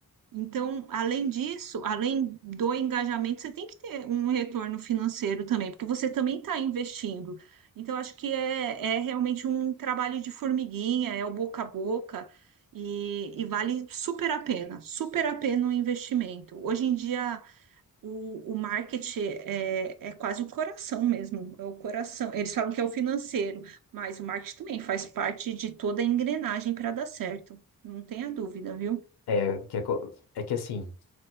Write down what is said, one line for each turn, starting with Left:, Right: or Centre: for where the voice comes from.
Right: Então, além disso, além do engajamento, você tem que ter um retorno financeiro também, porque você também está investindo. Então, acho que é, é realmente um trabalho de formiguinha, é o boca a boca, e, e vale super a pena, super a pena o investimento. Hoje em dia, o, o marketing é, é quase o coração mesmo, é o coração. Eles falam que é o financeiro, mas o marketing também faz parte de toda a engrenagem para dar certo, não tenha dúvida, viu?
Left: é que é, co- é que assim